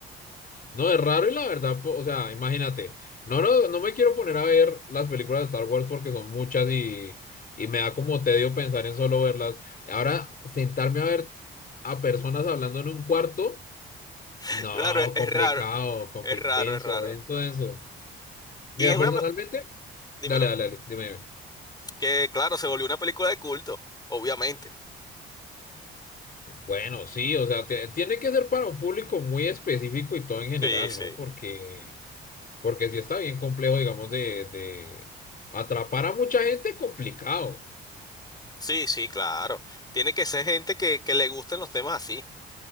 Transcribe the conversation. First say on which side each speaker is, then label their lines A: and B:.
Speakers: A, on the left; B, on the left.
A: No, es raro y la verdad, po- o sea, imagínate, no, no, no me quiero poner a ver las películas de Star Wars porque son muchas y, y me da como tedio pensar en solo verlas. Y ahora sentarme a ver a personas hablando en un cuarto,
B: <laughs>
A: no,
B: Claro, es es
A: complicado,
B: raro,
A: compli-
B: es raro,
A: denso,
B: es raro.
A: denso, denso. Mira,
B: Y es una,
A: personalmente,
B: pe- dímelo,
A: dale, dale, dale, dime, dime.
B: que claro, se volvió una película de culto, obviamente.
A: Bueno, sí, o sea, tie- tiene que ser para un público muy específico y todo en general,
B: Sí, sí.
A: ¿no? Porque... Porque sí está bien complejo, digamos, de, de atrapar a mucha gente, complicado.
B: Sí, sí, claro. Tiene que ser gente que, que le gusten los temas así.